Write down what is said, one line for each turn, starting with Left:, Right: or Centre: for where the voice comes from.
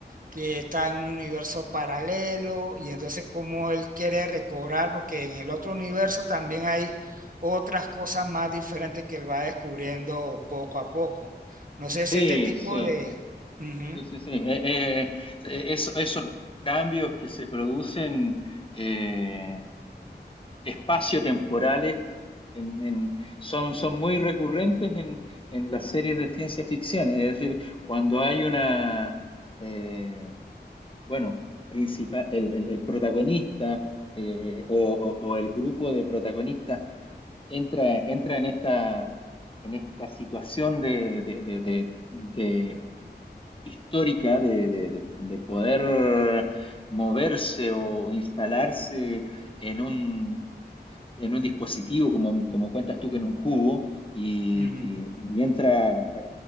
Right: que está en un universo paralelo y entonces cómo él quiere recobrar, porque en el otro universo también hay otras cosas más diferentes que él va descubriendo poco a poco. No sé si
Left: Sí,
Right: este tipo
Left: sí,
Right: de... Ujú,
Left: sí, sí, sí. Eh, eh, eh, eso- esos cambios que se producen eh, espaciotemporales en- en- son, son muy recurrentes en, en las series de ciencia ficción. Es decir, cuando hay una, eh, bueno, principal, el, el- el protagonista eh, o, o- o el grupo de protagonistas entra, entra en esta, en esta situación de, de- de- de- de- histórica de, de- de- de poder moverse o instalarse en un en un dispositivo, como, como cuentas tú que en un cubo, y,
Right: ujú.
Left: y- y entra a,